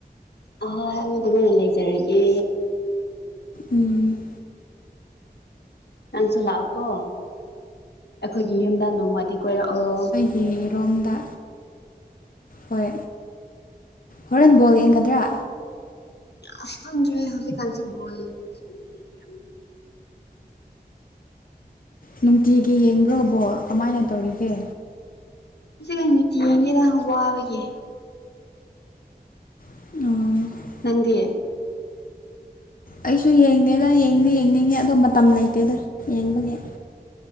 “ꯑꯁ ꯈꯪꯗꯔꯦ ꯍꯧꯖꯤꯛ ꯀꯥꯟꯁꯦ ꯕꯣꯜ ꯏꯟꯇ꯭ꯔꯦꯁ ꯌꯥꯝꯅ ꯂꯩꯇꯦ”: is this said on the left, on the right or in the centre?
Left